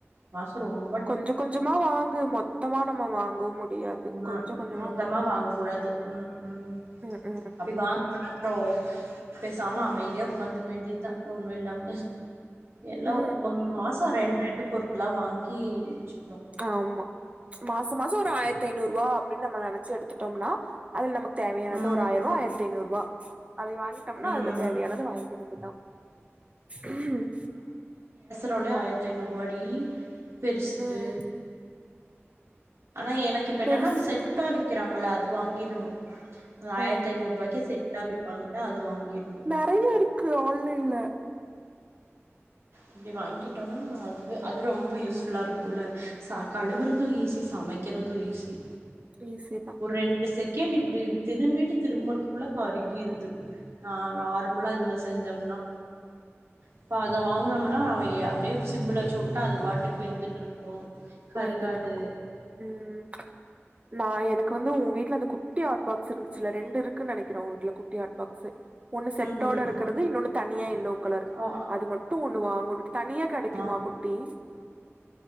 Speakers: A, on the right (about 70°); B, on the right (about 30°).
A: மசோ ரொம்
B: கொஞ்ச கொஞ்சமா வாங்கு மொத்தமா நம்ம வாங்கவு முடியாது
A: ஆமா
B: கொஞ்ச கொஞ்சமா
A: மொத்தமா
B: வாங்கு
A: வாங்க கூடாது ம் ம்
B: ம் ம்
A: அப்டி வாங்னோன்னா அப்றோ பேசாம அமைதியா உக்காந்துக்க வேண்டியதா ஒன்னு இல்லாம எல்லா
B: ம்ஹும்
A: ஒரு ஒரு மாசோ ரெண் ரெண்டு பொரு ளா வாங்கி வெச்சு
B: ஆமா மாச மாசோ ஒரு ஆயர்த் ஐநூர்ருவா அப்டின் நம்ம நெனச்சு எடுத்துட்டம்னா அதுல் நமக் தேவையானது
A: ம்
B: ஒரு ஆயர்ருவா ஆயர்த் ஐநூர்ருவா அதை வாங்கிட்டம்னா
A: ம்
B: அதுல தேவயானது வாய்ங்க்க வேண்டியதா உஹம்
A: ரோலே ஆயர்த் ஐநூர்ருவாடி பெருசு
B: ம்
A: ஆனா எனக் இப்ப என்னன்னா
B: பெருஸ்
A: அந்த செட்டா விக்கறாங்கல்ல அது வாங்கீரணு ஆயர்த்
B: ஆ
A: ஐநூர்ருபாய்க்கே செட்டா விப்பாங்கில்லயா அது வாங்கீர்ணு
B: நெறயா இருக்கு ஆன்லைன்ல
A: அப்டி வாய்ங்கிட்டோனா அதுவே அது ரொம்ப யூஸ்ஃபுல்லா இருக்குல்ல ச கழுவறது
B: ம்
A: ஈஸி சமைக்கிறது ஈஸி
B: ஈஸி தா
A: ஒரு ரெண்டு செகேண்ட் இப்டி திரும்பிட்டு திரும்பறக்குள்ள கருகிருது ஆ நார்மலா இதுல செஞ்சம்னா அப்ப அத வாங்குனம்ன்னா அ எ அப்டியே சிம்ல வச்சுவுட்டா அது பாட்டுக் வெந்துட்ருக்கு கருகாது
B: வெந்துட்ருக்கு ம் நா எனக் வந்து உ வீட்ல அந்த குட்டி ஆ ட் பாக்ஸ் இருந்துச்சுல்ல ரெண்டு இருக்குன் நெனக்கிற உ வீட்ல குட்டி பாக்ஸு ஒன்னு செட்டோட
A: ம்
B: இருக்கறது இன்னோன்னு தனியா எல்லோ கலர்
A: ஆ
B: அது மட்டு ஒன்னு வாங்கனுன்ட்டு தனியா கெடைக்குமா
A: ஆமா
B: குட்டி